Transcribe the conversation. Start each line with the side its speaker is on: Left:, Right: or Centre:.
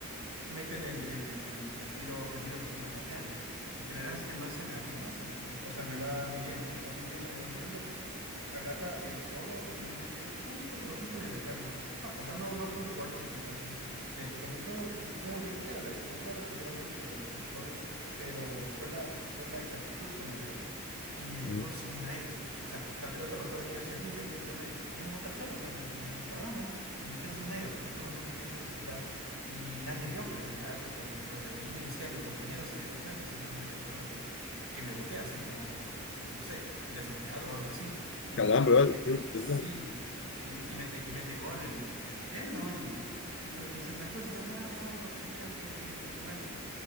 Right: meten el, el, el, el tiro, el tiro de esquina, patean. Y creerás que el man se me arrima, se me, o sea, me va midiendo, me va midiendo, me va midiendo. agarra el codo y me mete justo, pero justo en el diafragma. ¡Pa! O sea, no, no fue un golpe, un puñetazo. O sea, del- con el codo, un, un movimiento que ha de haber sido, no recorrió mucho el, el codo, pero fue la, fue la exactitud donde me da. Y me dejó
Left: un
Right: sin aire. O sea, la pelota me acuerdo que iba hacia mí y yo me, y yo me, yo me boto al suelo, o sea, me, me desparramo y me quedo sin aire. O sea, te juro, no, no podía respirar. Y nadie vio, pues, ni el árbitro, ni el juez de línea, ni siquiera mis compañeros se dieron cuenta, simplemente pensaron que, que me boté así como, como, como, no sé, desmayado o algo así. Y
Left: calambre,
Right: me acuerdo
Left: ¿vale?
Right: que
Left: Qué brutalidad.
Right: sí, puta, y, me- y mete, y mete gol el, el, el- él, ¿no? Y el hijo de Ulises de la Cruz, y todos, ah, bravo, genial, qué, qué, qué, qué bueno.